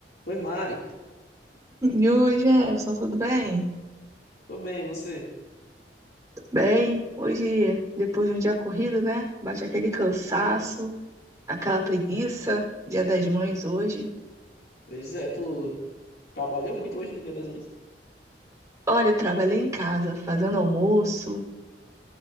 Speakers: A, on the left (about 60°); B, on the right (about 20°).
A: Oi, Mari.
B: E oi, Jefferson, tudo bem?
A: Tô bem, e você?
B: Tudo Bem, hoje, depois de um dia corrido, né? Bate aquele cansaço, aquela preguiça, Dia das Mães hoje.
A: Pois é, tu trabalhou muito hoje no Dia das Mães?
B: Olha, eu trabalhei em casa, fazendo almoço,